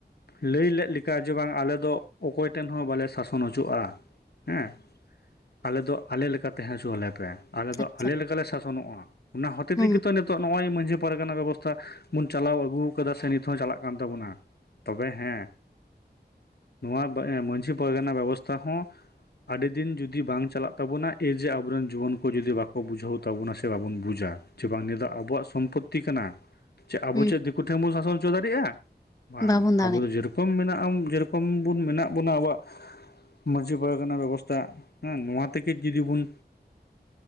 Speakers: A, on the left; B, on the left.
A: ᱞᱟᱹᱭ ᱞᱮᱫ ᱞᱮᱠᱟ ᱡᱮ ᱵᱟᱝ ᱟᱞᱮ ᱫᱚ ᱚᱠᱚᱭ ᱴᱷᱮᱱ ᱦᱚᱸ ᱵᱟᱞᱮ ᱥᱟᱥᱚᱱ ᱦᱚᱪᱚᱜᱼᱟ ᱦᱮᱸ ᱟᱞᱮ ᱫᱚ ᱟᱞᱮ ᱞᱮᱠᱟ ᱛᱟᱦᱮᱸ ᱦᱚᱪᱚᱣᱟᱞᱮ ᱯᱮ ᱟᱞᱮ ᱫᱚ
B: ᱟᱪᱪᱷᱟ
A: ᱟᱞᱮ ᱞᱮᱠᱟ ᱞᱮ ᱥᱟᱥᱚᱱᱚᱜᱼᱟ ᱚᱱᱟ ᱦᱚᱛᱮ
B: ᱦᱮᱸ
A: ᱛᱮᱜᱮ ᱛᱚ ᱱᱤᱛᱚᱜ ᱱᱚᱜᱼᱚᱭ ᱢᱟᱺᱡᱷᱤ ᱯᱟᱨᱜᱟᱱᱟ ᱵᱮᱵᱚᱥᱛᱷᱟ ᱵᱚᱱ ᱪᱟᱞᱟᱣ ᱟᱹᱜᱩ ᱟᱠᱟᱫᱟ ᱥᱮ ᱱᱤᱛ ᱦᱚᱸ ᱪᱟᱞᱟᱜ ᱠᱟᱱ ᱛᱟᱵᱚᱱᱟ, ᱛᱚᱵᱮ ᱦᱮᱸ ᱱᱚᱣᱟ ᱵᱟ.... ᱢᱟᱺᱡᱷᱤ ᱯᱟᱨᱜᱟᱱᱟ ᱵᱮᱵᱚᱥᱛᱷᱟ ᱦᱚᱸ ᱟᱰᱤ ᱫᱤᱱ ᱡᱩᱫᱤ ᱵᱟᱝ ᱪᱟᱞᱟᱜ ᱛᱟᱵᱚᱱᱟ ᱮᱭ ᱡᱮ ᱟᱵᱚᱨᱮᱱ ᱡᱩᱣᱟᱹᱱ ᱠᱚ ᱡᱩᱫᱤ ᱵᱟᱠᱚ ᱵᱩᱡᱷᱟᱹᱣ ᱛᱟᱵᱚᱱᱟ ᱥᱮ ᱵᱟᱵᱚᱱ ᱵᱩᱡᱷᱽ-ᱟ ᱡᱮ ᱵᱟᱝ ᱱᱤᱭᱟᱹ ᱫᱚ ᱟᱵᱚᱣᱟᱜ ᱥᱚᱢᱯᱚᱛᱛᱤ ᱠᱟᱱᱟ ᱪᱮᱫ ᱟᱵᱚ
B: ᱦᱮᱸ
A: ᱪᱮᱫ ᱫᱤᱠᱩ ᱴᱷᱮᱱ ᱵᱚᱱ ᱥᱟᱥᱚᱱ ᱦᱚᱪᱚ ᱫᱟᱲᱮᱭᱟᱜᱼᱟ? ᱵᱟᱝ
B: ᱵᱟᱵᱚᱱ ᱫᱟᱲᱮᱭᱟᱜᱼᱟ
A: ᱟᱵᱚ ᱫᱚ ᱡᱮ ᱨᱚᱠᱚᱢ ᱢᱮᱱᱟᱜᱼᱟ ᱡᱮᱨᱚᱠᱚᱢ ᱵᱩᱱ ᱢᱮᱱᱟᱜ ᱵᱚᱱᱟ ᱟᱵᱚᱣᱟᱜ ᱢᱟᱺᱡᱷᱤ ᱯᱟᱨᱜᱟᱱᱟ ᱵᱮᱵᱚᱥᱛᱷᱟ ᱦᱮᱸ ᱱᱚᱣᱟ ᱛᱮᱜᱮ ᱡᱩᱫᱤ ᱵᱚᱱ